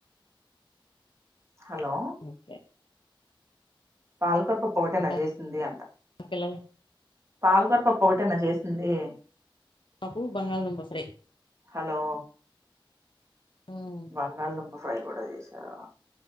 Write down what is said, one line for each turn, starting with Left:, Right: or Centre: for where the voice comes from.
Right: హలో
Left: ఓకే
Right: పాలకొరపు పొట
Left: ఇంకా
Right: నజేసింది అంట
Left: పిల్లలు
Right: పాలకూర పప్పు ఒకటేనా చేసింది
Left: అకు బంగాళ నుం బ ఫరే
Right: హలో
Left: పోవు
Right: బంగాళదుంప ఫ్రై కూడా చేశారా